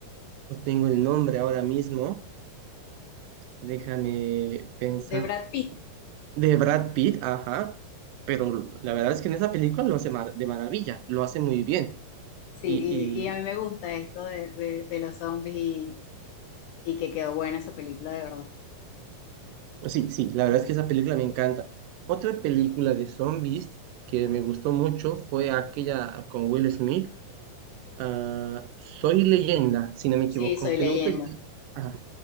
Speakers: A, on the right (about 80°); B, on the left (about 80°).
A: no tengo el nombre ahora mismo. Déjame pensar.
B: De Brad Pitt,
A: De Brad Pitt, ajá. Pero la verdad es que en esa película lo hace mar- de maravilla, lo hace muy bien.
B: sí,
A: Y,
B: y, y a mí me gusta esto de, de, de los zombies y, y que quedó buena esa película, de verdad.
A: Sí, sí, la verdad es que esa película me encanta. Otra película de zombies que me gustó mucho fue aquella con Will Smith, ah, Soy Leyenda, si no me equivoco,
B: Sí, soy
A: aunque
B: leyenda.
A: no sé si, ajá,